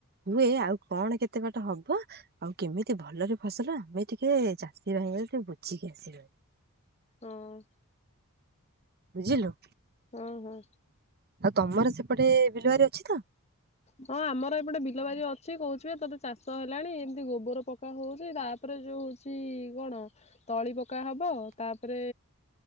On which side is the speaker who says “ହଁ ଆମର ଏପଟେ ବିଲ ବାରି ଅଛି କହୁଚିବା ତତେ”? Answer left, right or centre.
Left